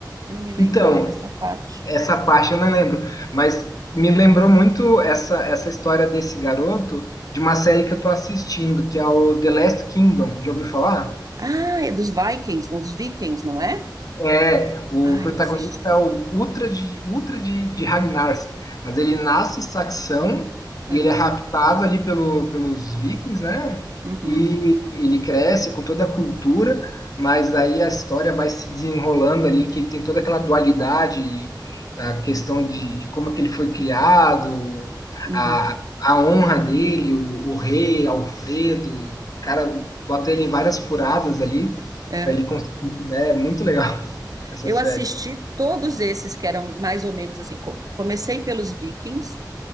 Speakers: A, on the right; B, on the left.
A: Eu não me lembro
B: Então,
A: mais dessa parte.
B: Essa parte eu não lembro, mas me lembrou muito essa, essa história desse garoto de uma série que eu tô assistindo, que é o The Last Kingdom. Já ouviu falar?
A: Ah, é dos Vikings, não, dos Vikings, não é?
B: É, o
A: Ah,
B: protagonista
A: eu assisti.
B: é o Ultra de, Ultra de, de Ragnarsson, mas ele nasce saxão e
A: Aham,
B: ele é raptado ali pelo, pelos vikings, né?
A: uhum,
B: E ele cresce com toda a cultura, mas aí a história vai se desenrolando ali, que ele tem toda aquela dualidade, a questão de, de como que ele foi criado,
A: uhum,
B: a, a honra dele, o, o rei Alfredo, o cara bota ele em várias furadas ali,
A: É,
B: para ele conseguir, né? É muito legal essa
A: Eu
B: série.
A: assisti todos esses que eram mais ou menos assim. com- Comecei pelos Vikings,